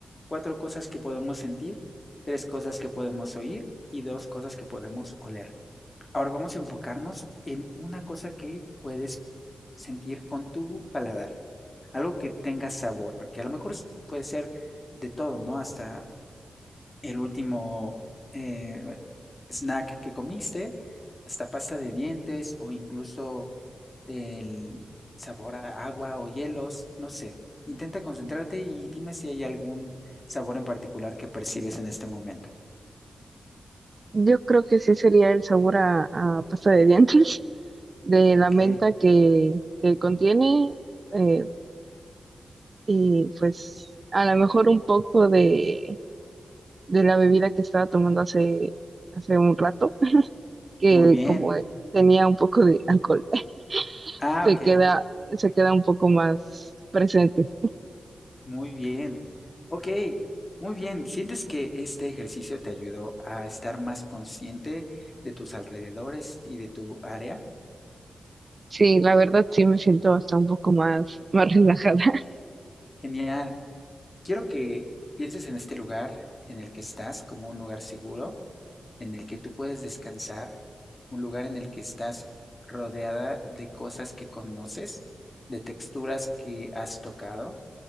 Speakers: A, on the left; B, on the right.
A: cuatro cosas que podemos sentir, tres cosas que podemos oír y dos cosas que podemos oler. Ahora vamos a enfocarnos en una cosa que puedes sentir con tu paladar, algo que tenga sabor, que a lo mejor puede ser de todo, ¿no? Hasta el último eh, snack que comiste, hasta pasta de dientes o incluso el sabor a agua o hielos, no sé. Intenta concentrarte y dime si hay algún sabor en particular que percibes en este momento.
B: Yo creo que sí sería el sabor a, a pasta de dientes, <laughs> de la
A: Ok,
B: menta que, que contiene, eh, y pues a lo mejor un poco de, de la bebida que estaba tomando hace, hace un rato, que
A: muy bien.
B: como tenía un poco de alcohol, <laughs>
A: Ah,
B: se
A: ok,
B: queda, se queda un poco más presente.
A: muy bien. Ok, muy bien. ¿Sientes que este ejercicio te ayudó a estar más consciente de tus alrededores y de tu área?
B: Sí, la verdad sí me siento hasta un poco más, más relajada. <laughs>
A: Genial. quiero que pienses en este lugar en el que estás como un lugar seguro, en el que tú puedes descansar, un lugar en el que estás rodeada de cosas que conoces, de texturas que has tocado,